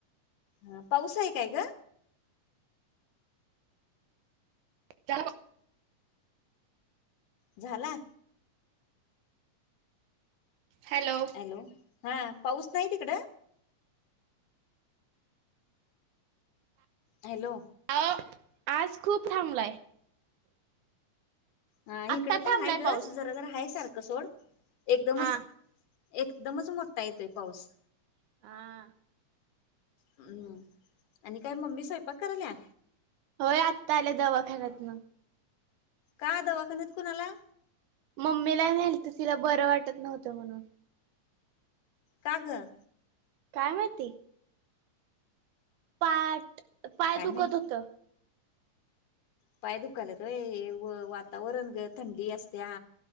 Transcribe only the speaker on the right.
<inaudible>
हॅलो
आओ आज खूप थांबलाय
आत्ता थांबलाय
पाऊस
हा
हा
होय आत्ता आल्या दवाखान्यातन
मम्मीला नेलत तिला बरं वाटत नव्हतं म्हणून
काय माहिती? पाठ, पाय
दुखत
होत.